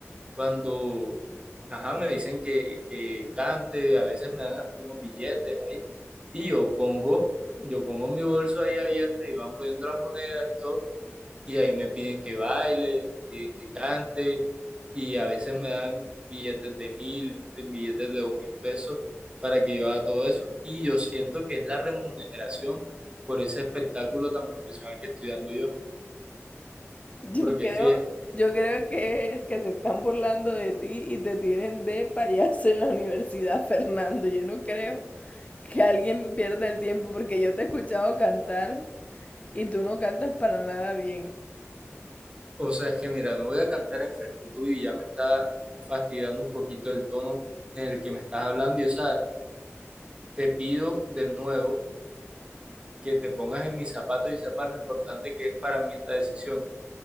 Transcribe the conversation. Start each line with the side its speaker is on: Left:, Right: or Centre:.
Right: Cuando, ajá, me dicen que, que cante, a veces me dan hasta unos billetes ahí, y yo pongo, yo pongo mi bolso ahí abierto y van poniendo las monedas y todo, y ahí me piden que baile, me piden que cante, y a veces me dan billetes de mil, de billetes de dos mil pesos para que yo haga todo eso, y yo siento que es la remuneración por ese espectáculo tan profesional que estoy dando yo,
Left: Yo
Right: porque
Left: creo,
Right: es que
Left: yo creo que es que se están burlando de ti y te tienen de payaso en la universidad, <laughs> Fernando. Yo no creo que alguien pierda el tiempo porque yo te he escuchado cantar y tú no cantas para nada bien.
Right: O sea, es que mira, no voy a cantar enfrente tuyo y ya me está fastidiando un poquito el tono en el que me estás hablando. Y o sea, te pido de nuevo que te pongas en mis zapatos y sepas lo importante que es para mí esta decisión.